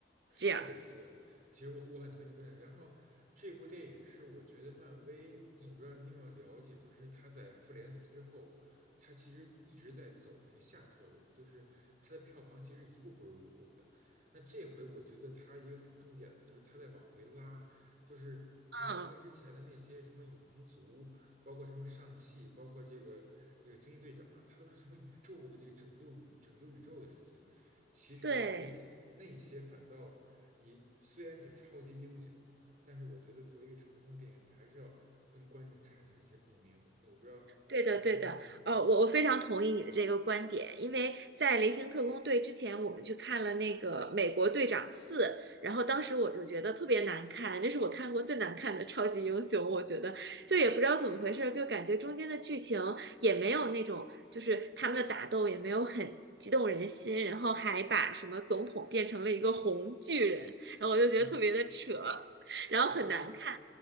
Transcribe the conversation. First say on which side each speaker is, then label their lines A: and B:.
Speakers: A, on the right; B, on the right.
A: 是的，
B: 这样。
A: 是的，其实我我很同意你的观点。然后这部电影是我觉得漫威，我我不知道你有没有了解，就是他在复联四之后，他其实一直在走那个下坡路，就是他的票房其实一步不如一步的。那这回我觉得他一个很重点的就是他在往回拉，就是你看漫威之前的那些什么永恒族，
B: 嗯，
A: 包括什么上汽，包括这个这个惊奇队长，他都是什么宇宙的这个拯救宇拯救宇宙的事情。其实我觉得那那些反倒你虽然你超级英雄，
B: 对。
A: 但是我觉得作为一个成功的电影，你还是要跟观众产生一些共鸣。我不知道你嗯嗯嗯，
B: 对的，对的，呃，我我非常同意你的这个观点，因为在《雷霆特工队》之前，我们去看了那个《美国队长四》，然后当时我就觉得特别难看，这是我看过最难看的超级英雄，我觉得就也不知道怎么回事儿，就感觉中间的剧情也没有那种，就是他们的打斗也没有很激动人心，然后还把什么总统变成了一个红巨人，然后我就觉得特别的扯，
A: 对，
B: <laughs> 然后很难看，
A: 呃